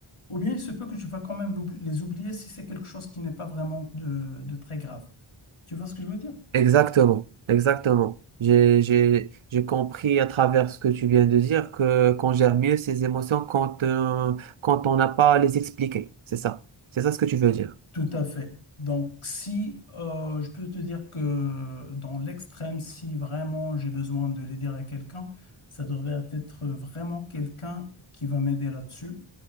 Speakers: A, on the left; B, on the right.
A: ou bien il se peut que tu vas quand même l'oubli- les oublier si c'est quelque chose qui n'est pas vraiment de, de très grave. Tu vois ce que je veux dire?
B: Exactement, exactement. J'ai, j'ai, j'ai compris à travers ce que tu viens de dire que qu'on gère mieux ses émotions quand, euh, quand on n'a pas à les expliquer. C'est ça. C'est ça ce que tu veux dire.
A: Tout à fait. Donc, si euh, je peux te dire que dans l'extrême, si vraiment j'ai besoin de les dire à quelqu'un, ça devrait être vraiment quelqu'un qui va m'aider là-dessus